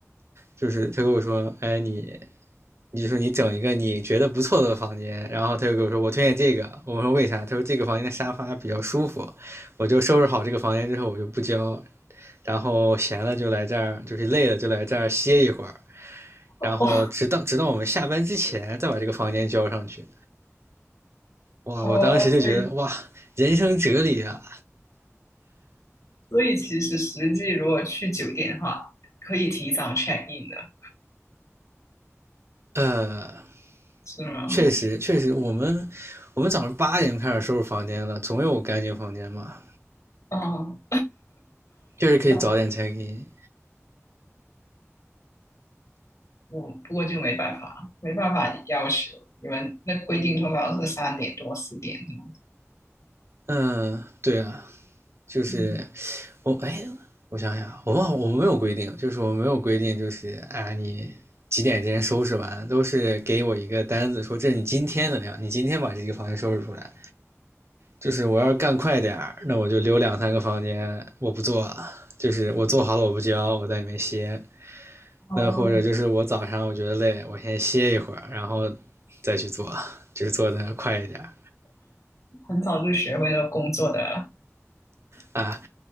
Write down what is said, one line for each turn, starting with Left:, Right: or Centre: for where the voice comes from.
Right: 就是他跟我说，哎，你，你说你整一个你觉得不错的房间，然后他就跟我说，我推荐这个。我说为啥？他说这个房间的沙发比较舒服。我就收拾好这个房间之后，我就不交，然后闲了就来这儿，就是累了就来这儿歇一会儿，
Left: 哦
Right: 然后直到直到我们下班之前再把这个房间交上去。哇，
Left: 哦，
Right: 我当时就觉得哇，
Left: 所以
Right: 人生哲理啊，
Left: 所以其实实际如果去酒店的话，可以提早 check in 的，
Right: 呃，
Left: 是吗？
Right: 确实确实，我们我们早上八点开始收拾房间了，总有干净房间嘛，
Left: 哦，
Right: 就是可以早点拆
Left: <laughs> 但
Right: h e
Left: 我不过就没办法，没办法要求你们那规定通常是三点多四点这样子。
Right: 嗯，对啊，就是
Left: 嗯，
Right: 我哎，我想想，我忘了我没有规定，就是我没有规定，就是啊你。几点之前收拾完，都是给我一个单子，说这是你今天的量，你今天把这个房间收拾出来，就是我要是干快点儿，那我就留两三个房间，我不做，就是我做好了我不交，我在里面歇。
Left: 哦，
Right: 那或者就是我早上我觉得累，我先歇一会儿，然后再去做，就是做的快一点儿
Left: 很早就学会了工作的
Right: 啊。